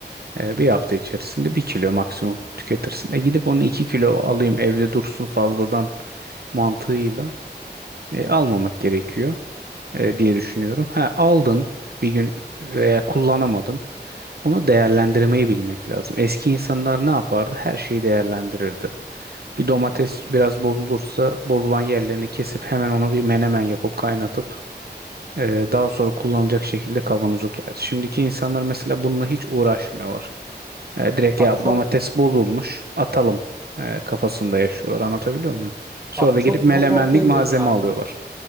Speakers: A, on the right; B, on the right.
A: Ee, bir hafta içerisinde bir kilo maksimum tüketirsin. E gidip onu 2 kilo alayım evde dursun fazladan mantığıyla e, almamak gerekiyor e, diye düşünüyorum. Ha, aldın bir gün veya kullanamadın. Onu değerlendirmeyi bilmek lazım. Eski insanlar ne yapardı? Her şeyi değerlendirirdi. Bir domates biraz bozulursa bozulan yerlerini kesip hemen onu bir menemen yapıp kaynatıp e, daha sonra kullanılacak şekilde kavanoza koyardı. Şimdiki insanlar mesela bununla hiç uğraşmıyorlar. E, direkt
B: Bak
A: ya
B: çok
A: bu domates bozulmuş atalım e, kafasında yaşıyorlar. Anlatabiliyor muyum? Sonra
B: bak
A: da
B: çok
A: gidip melemenlik
B: doğru noktaya
A: malzeme
B: değindin abi.
A: alıyorlar.